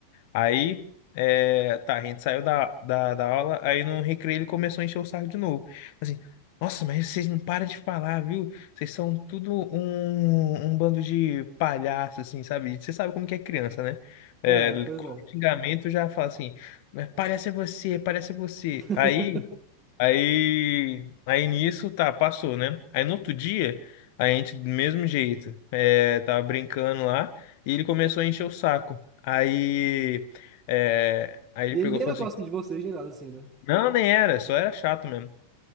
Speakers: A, on the left; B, on the right.
A: Aí, é, tá, a gente saiu da, da, da aula, aí no recreio ele começou a encher o saco de novo. Assim, nossa, mas vocês não param de falar, viu? Vocês são tudo um, um bando de palhaços, assim, sabe? Você sabe como que é criança, né? É,
B: É, pois
A: qualquer
B: é.
A: xingamento já fala assim, "Mas parece você, parece você.
B: <laughs>
A: Aí Aí, aí nisso, tá, passou, né? Aí no outro dia, a gente, do mesmo jeito, é, tava brincando lá e ele começou a encher o saco. Aí, é, aí
B: E
A: ele pegou
B: ele nem
A: e
B: era
A: falou
B: próximo
A: assim:
B: de vocês, nem nada assim, né?
A: Não, nem era, só era chato mesmo.